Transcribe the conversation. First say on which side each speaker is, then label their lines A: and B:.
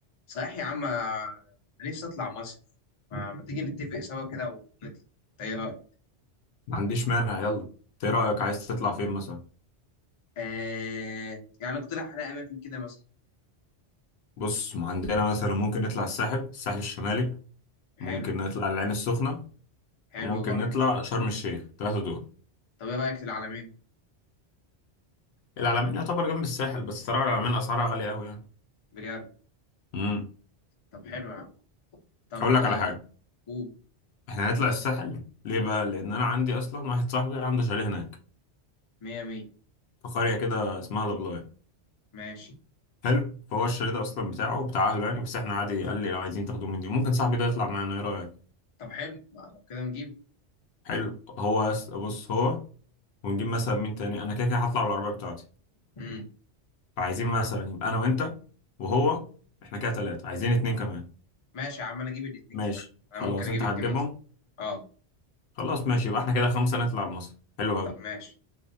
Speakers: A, on the left; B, on the left.
A: صحيح يا عم انا نفسي اطلع مصيف ما, ما تيجي نتفق سوا كده ونطلع إنت ايه رايك
B: ما عنديش مانع يلا انت ايه رأيك عايز تطلع فين مثلا
A: آه يعني اقترح على اماكن كده مثلا
B: بص ما عندنا مثلا ممكن نطلع الساحل الساحل الشمالي ممكن
A: حلو
B: نطلع العين السخنة
A: حلو
B: وممكن
A: برضه
B: نطلع شرم الشيخ ثلاثة دول
A: طب ايه رايك في العلمين
B: العلمين يعتبر جنب الساحل بس ترى العلمين اسعارها غالية قوي يعني
A: بجد
B: امم
A: طب حلو يا عم طب
B: هقول لك
A: آه،
B: على حاجة
A: قول
B: احنا هنطلع الساحل ليه بقى لان انا عندي اصلا واحد صاحبي عنده شاليه هناك
A: مية مية
B: في قرية كده اسمها لابلاي
A: ماشي
B: حلو فهو الشاليه ده اصلا بتاعه بتاع اهله يعني بس احنا عادي قال لي لو عايزين تاخدوه مني ممكن صاحبي ده يطلع معانا ايه رأيك
A: طب حلو ما لو كده نجيب
B: حلو هو يس- بص هو ونجيب مثلا مين تاني انا كده كده هطلع بالعربيه بتاعتي
A: مم.
B: فعايزين مثلا يبقى انا وانت وهو احنا كده ثلاثه عايزين اتنين كمان
A: ماشي يا عم انا اجيب الاتنين
B: ماشي
A: كمان
B: خلاص
A: انا ممكن اجيب
B: انت
A: اتنين
B: هتجيبهم
A: مثلا اه
B: خلاص ماشي يبقى احنا كده خمسه نطلع مصر حلو قوي
A: طب ماشي